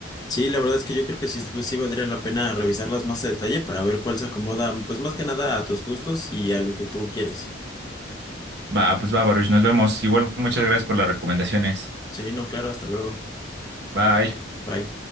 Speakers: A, on the left; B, on the right.
A: Sí, la verdad es que yo creo que sí, pues, sí valdría la pena revisarlas más a detalle para ver cuál se acomoda, pues más que nada a tus gustos y a lo que tú quieres.
B: Va, pues va, Baruch, nos vemos. Igual muchas gracias por las recomendaciones.
A: Sí, no, claro, hasta luego.
B: Bye.
A: Bye.